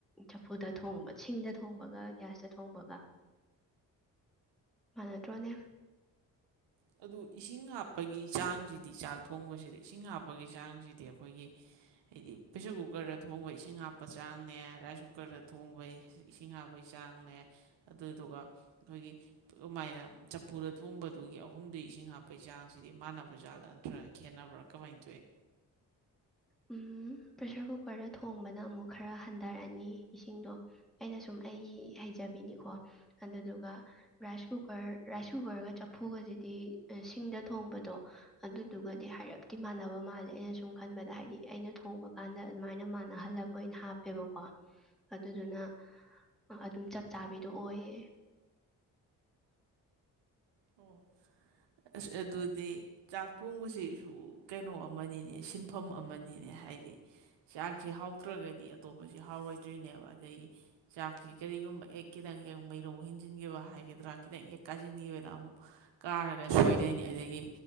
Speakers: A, in the centre; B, on the right (about 70°).
A: ꯆꯐꯨꯗ ꯊꯣꯡꯕ ꯁꯤꯡꯗ ꯊꯣꯡꯕꯒ ꯒ꯭ꯌꯥꯁꯇ ꯊꯣꯡꯕꯒ ꯃꯥꯟꯅꯗ꯭ꯔꯣꯅꯦ
B: ꯑꯗꯨ ꯏꯁꯤꯡ ꯍꯥꯞꯄꯒꯤ ꯆꯥꯡꯁꯤꯗꯤ ꯆꯥꯛ ꯊꯣꯡꯕꯁꯤꯗꯤ ꯏꯁꯤꯡ ꯍꯥꯞꯄꯒꯤ ꯆꯥꯡꯁꯤꯗꯤ ꯑꯩꯈꯣꯏꯒꯤ ꯍꯥꯏꯗꯤ ꯄ꯭ꯔꯦꯁꯔ ꯀꯨꯀꯔꯗ ꯊꯣꯡꯕ ꯏꯁꯤꯡ ꯍꯥꯞꯄ ꯆꯥꯡꯅꯦ ꯔꯥꯏꯁ ꯀꯨꯀꯔꯗ ꯊꯣꯡꯕꯩ ꯏꯁꯤꯡ ꯍꯥꯞꯄꯒꯤ ꯆꯥꯡꯅꯦ ꯑꯗꯨꯗꯨꯒ ꯑꯩꯈꯣꯏꯒꯤ ꯑꯗꯨꯃꯥꯏꯅ ꯆꯐꯨꯗ ꯊꯣꯡꯕꯗꯨꯒꯤ ꯑ ꯑꯍꯨꯝꯗꯨꯏ ꯏꯁꯤꯡ ꯍꯥꯞꯄꯩ ꯆꯥꯡꯁꯤꯗꯤ ꯃꯥꯟꯅꯕ ꯖꯥꯠꯂꯥ ꯅꯠꯇ꯭ꯔꯒ ꯈꯦꯠꯅꯕ꯭ꯔꯥ ꯀꯃꯥꯏꯅ ꯇꯧꯏ
A: ꯎꯝ ꯄ꯭ꯔꯦꯁꯔ ꯀꯨꯀꯔꯗ ꯊꯣꯡꯕꯅ ꯑꯃꯨꯛ ꯈꯔ ꯍꯟꯊꯔꯅꯤ ꯏꯁꯤꯡꯗꯣ ꯑꯩꯅ ꯁꯨꯝ ꯑꯩꯒꯤ ꯍꯩꯖꯕꯤꯅꯤꯀꯣ ꯑꯗꯨꯗꯨꯒ ꯔꯥꯏꯁ ꯀꯨꯀꯔ ꯔꯥꯏꯁ ꯀꯨꯀꯔꯒ ꯆꯐꯨꯒꯁꯤꯗꯤ ꯁꯤꯡꯗ ꯊꯣꯡꯕꯗꯣ ꯑꯗꯨꯗꯨꯒꯗꯤ ꯍꯥꯏꯔꯞꯇꯤ ꯃꯥꯟꯅꯕ ꯃꯥꯜꯂꯦ ꯑꯩꯅ ꯁꯨꯝ ꯈꯟꯕ ꯑꯗ ꯍꯥꯏꯗꯤ ꯑꯩꯅ ꯊꯣꯡꯕ ꯀꯥꯟꯗ ꯑꯗꯨꯃꯥꯏꯅ ꯃꯥꯟꯅꯍꯜꯂꯒ ꯑꯣꯏꯅ ꯍꯥꯞꯄꯦꯕꯀꯣ ꯑꯗꯨꯗꯨꯅ ꯑꯗꯨꯝ ꯆꯞ ꯆꯥꯕꯤꯗꯣ ꯑꯣꯏꯌꯦ
B: ꯑꯣ ꯑꯁ ꯑꯗꯨꯗꯤ ꯆꯥꯛ ꯊꯣꯡꯕꯁꯤꯁꯨ ꯀꯩꯅꯣ ꯑꯃꯅꯤꯅꯦ ꯁꯤꯟꯐꯝ ꯑꯃꯅꯤꯅꯦ ꯍꯥꯏꯗꯤ ꯆꯥꯛꯁꯤ ꯍꯥꯎꯇ꯭ꯔꯒꯗꯤ ꯑꯇꯣꯞꯄꯁꯤ ꯍꯥꯎꯔꯣꯏꯗ꯭ꯣꯏꯅꯦꯕ ꯑꯗꯩ ꯆꯥꯛꯁꯤ ꯀꯔꯤꯒꯨꯝꯕ ꯍꯦꯛ ꯈꯤꯇꯪ ꯍꯦꯛ ꯃꯩꯔꯧ ꯍꯦꯟꯖꯤꯟꯈꯤꯕ ꯍꯥꯏꯒꯗ꯭ꯔꯥ ꯈꯤꯇꯪ ꯍꯦꯛ ꯀꯥꯁꯤꯟꯈꯤꯕꯗ ꯑꯃꯨꯛ ꯀꯥꯔꯒ ꯁꯣꯏꯗꯣꯏꯅꯤ ꯑꯗꯒꯤ